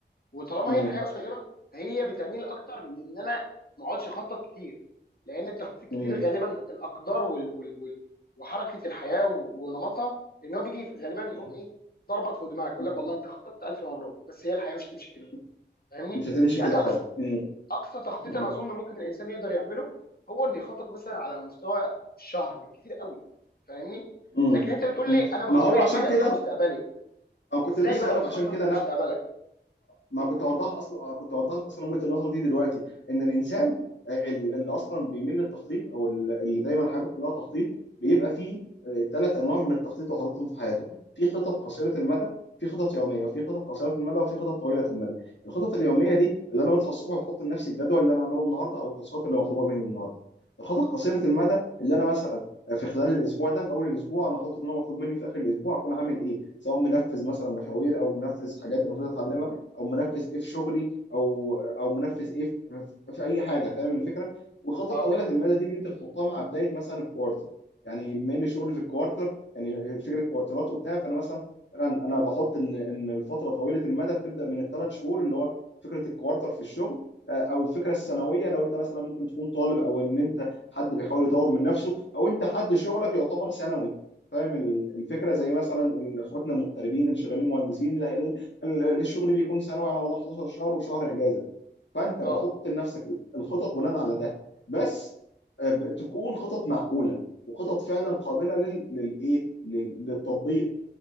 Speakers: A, on the left; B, on the left.
A: وطالما
B: مم.
A: هي الحياه قصيره فهي بتميل اكتر لان انا ما اقعدش اخطط كتير لان التخطيط كتير
B: مم.
A: غالبا الاقدار وال وال وال وحركه الحياه و- ونمطها ان هو بيجي غالبا يقوم
B: مم.
A: ايه ضربك فوق دماغك يقول
B: مم.
A: لك والله انت خططت الف مبروك بس هي الحياه مش تمشي كده
B: مم.
A: فاهمني
B: مش هتمشي
A: يعني
B: كده
A: اقصى
B: خالص مم.
A: اقصى تخطيط
B: مم.
A: انا اظن ممكن الانسان يقدر يعمله هو انه يخطط مثلا على مستوى الشهر بالكتير قوي فاهمني
B: مم.
A: لكن انت بتقول
B: مم.
A: لي انا بخطط
B: ما هو عشان
A: لحياتي
B: كده
A: ومستقبلي
B: او كنت
A: ازاي
B: لسه
A: بقى
B: اقول لك
A: بتخطط
B: عشان كده
A: لمستقبلك
B: لا ما كنت اوضحها اصلا كنت اوضحت اصلا وجهه النظر دي دلوقتي ان الانسان آه، ال- اللي اصلا بيميل للتخطيط او ال- اللي دايما حياته كلها تخطيط بيبقى فيه ثلاث انواع من التخطيط وخططهم في حياته في خطط قصيره المدى في خطط يوميه وفي خطط قصيره المدى وفي خطط طويله المدى الخطط اليوميه دي اللي انا بصحى الصبح وبحط لنفسي الجدول اللي انا هعمله النهارده او التاسكات اللي مطلوبه مني النهارده الخطط قصيره المدى اللي انا مثلا آه، في خلال الاسبوع ده في اول الاسبوع انا احط ان انا مطلوب مني في اخر الاسبوع اكون عامل ايه سواء منفذ مثلا مشاوير او منفذ حاجات المفروض اتعلمها او منفذ ايه في شغلي او او منفذ ايه في, في اي حاجه فاهم الفكره وخطط
A: اه
B: طويله المدى دي اللي انت بتحطها مع بدايه مثلا الكوارتر يعني بما ان شغلي في الكوارتر يعني فكره كوارترات وبتاع فانا مثلا فعلا انا بحط ان ان الفتره طويله المدى بتبدا من الثلاث شهور اللي هو فكره الكوارتر في الشغل آه، او فكره السنويه لو انت مثلا ممكن تكون طالب او ان انت حد بيحاول يطور من نفسه او انت حد شغلك يعتبر سنوي فاهم ال- الفكره زي مثلا ال- اخواتنا المغتربين اللي شغالين مهندسين ال- الشغل بيكون سنوي على مدار 11 شهر وشهر اجازه فانت
A: اه
B: بتحط لنفسك الخطط بناء على ده بس آه، ب- تكون خطط معقوله وخطط فعلا قابله لل... للايه لل... للتطبيق